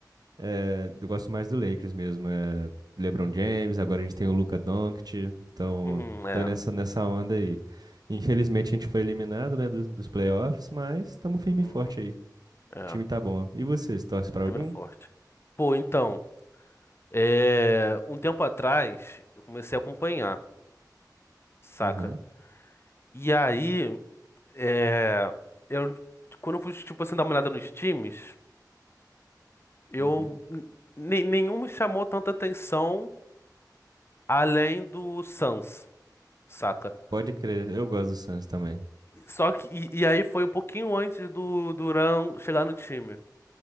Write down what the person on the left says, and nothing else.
Uhum, é.
Uhum,
é.
O
time é forte. Pô, então. É... Um tempo atrás, eu comecei a acompanhar, saca?
E aí, é... eu. Quando eu fui, tipo assim, dar uma olhada nos times. Eu
ne- nenhum me chamou tanta atenção além do Suns, saca?
Só que e, e aí foi um pouquinho antes do Durant chegar no time.